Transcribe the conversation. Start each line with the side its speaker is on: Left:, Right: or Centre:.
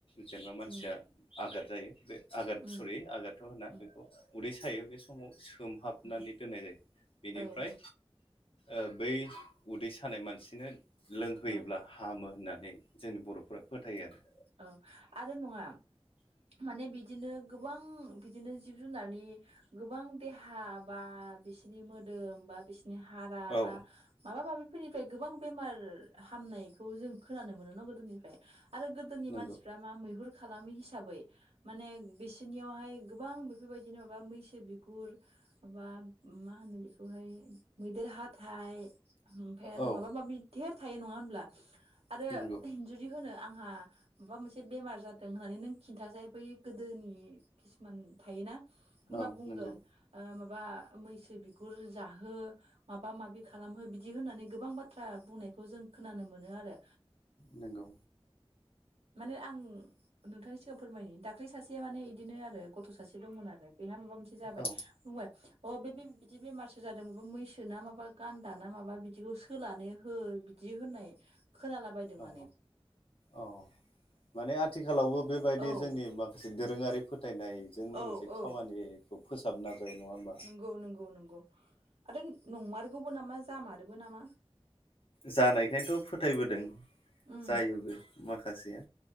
Left: जेनेबा मानसिया
Right: उम
Left: आघाद जायो बे आघाद
Right: उम
Left: सरि आघादथ' होनना
Right: उम
Left: बेखौ उदै सायो बे समाव सोमहाबनानै
Right: उम
Left: दोननाय जायो बेनिफ्राय
Right: औ
Left: ओ बै उदै सानाय मानसिनो लोंहोयोब्ला
Right: ओं
Left: हामो होननानै जोंनि बर'फोरा फोथायो आरो।
Right: ओं आरो नङा माने बिदिनो गोबां बिदिनो जिब जुनारनि गोबां देहा बा बिसिनि मोदोम बा बिस बि हारा
Left: औ
Right: बा माबा माबिफोरनिफ्राय गोबां बेमार हामनायखौ जों खोनानो मोनो न गोदोनिफ्राय आरो गोदोनि
Left: नंगौ
Right: मानसिफ्रा मा मैहुर खालामि हिसाबै माने बिसोरनियावहाय गोबां बेफोरबायदिनो माबा मैसो बिगुर माबा मा होनो बेखौहाय मैदेर हाथाइ ओमफ्राय आरो
Left: औ
Right: माबा माबि धेर थायो नङा होनब्ला आरो
Left: नंगौ
Right: जुदि होनो आंहा माबा मोनसे बेमार जादों होननानै नों खिन्थासै बै गोदोनि किसुमान थायोना होनोमबा
Left: औ
Right: बुंगोन
Left: नंगौ
Right: ओ माबा मैसो बिगुर जाहो माबा माबि खालामहो बिदि होननानै गोबां बाथ्रा बुंनायखौ जों खोनानो मोनो आरो।
Left: नोंगौ।
Right: माने आं नोंथांनि सिगाङांव फोरमायनो दाख्लै सासेया माने बिदिनो आरो गथ' सासे दंमोन आरो बेहा माबा मोनसे जाबाय
Left: औ
Right: बुंबाय अ बे बिदि बेमारसो जादों मा मैसो ना माबा गान्दा ना माबा बिदिखौ सोलानो हो दि होननाय खोनालाबायदों
Left: औ
Right: माने
Left: औ। माने आथिखालावबो बेबायदि
Right: औ
Left: जोंनि माखासे दोरोङारि फोथायनायजों
Right: औ
Left: लोगोसे
Right: औ
Left: खामानि बेखौ फोसाबना जायो नङा होमबा
Right: नंगौ नंगौ नंगौ आरो नंमारगौबो नामा जामारोबो नामा।
Left: जानायखायनोथ' फोथायबोदों
Right: उम
Left: जायोबो माखासेया।